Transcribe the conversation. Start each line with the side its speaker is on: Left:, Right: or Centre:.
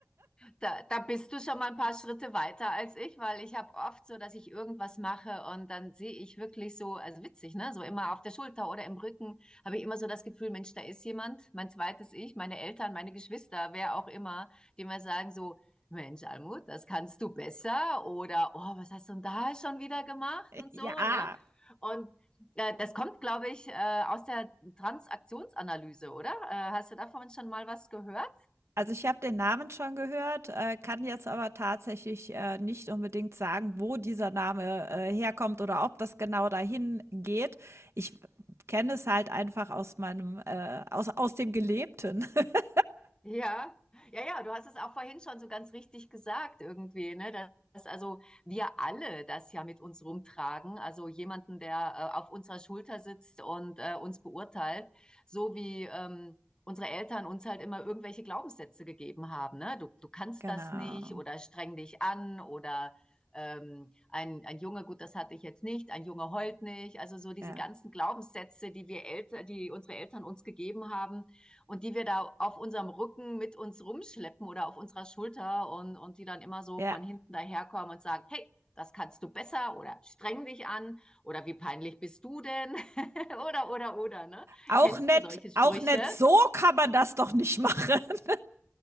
Left: Da, da bist du schon mal ein paar Schritte weiter als ich, weil ich habe oft so, dass ich irgendwas mache und dann sehe ich wirklich so, also witzig, ne? So immer auf der Schulter oder im Rücken habe ich immer so das Gefühl, Mensch, da ist jemand, mein zweites Ich, meine Eltern, meine Geschwister, wer auch immer, die mir sagen so, Mensch, Almut, das kannst du besser oder oh, was hast du denn da schon wieder gemacht und
Right: Ja,
Left: so, ne? Und äh, das kommt, glaube ich, äh, aus der Transaktionsanalyse, oder? Äh, hast du davon schon mal was gehört?
Right: Also, ich habe den Namen schon gehört, äh, kann jetzt aber tatsächlich, äh, nicht unbedingt sagen, wo dieser Name, äh, herkommt oder ob das genau dahin geht. Ich kenne es halt einfach aus meinem, äh aus aus dem Gelebten. <laughs>
Left: Ja, ja, ja, du hast es auch vorhin schon so ganz richtig gesagt irgendwie, ne? Dass also wir alle das ja mit uns rumtragen, also jemanden, der äh, auf unserer Schulter sitzt und äh, uns beurteilt, so wie ähm, unsere Eltern uns halt immer irgendwelche Glaubenssätze gegeben haben, ne? Du, du kannst
Right: Genau.
Left: das nicht oder streng dich an oder ähm, ein, ein Junge, gut, das hatte ich jetzt nicht, ein Junge heult nicht, also so diese
Right: Ja.
Left: ganzen Glaubenssätze, die wir Eltern, die unsere Eltern uns gegeben haben und die wir da auf unserem Rücken mit uns rumschleppen oder auf unserer Schulter und, und die dann immer so
Right: Ja.
Left: von hinten daherkommen und sagen, hey, das kannst du besser oder streng dich an oder wie peinlich bist du denn <laughs> oder oder oder ne
Right: Auch
Left: kennst
Right: nett,
Left: du solche Sprüche
Right: auch nett. So kann man das doch nicht machen. <laughs>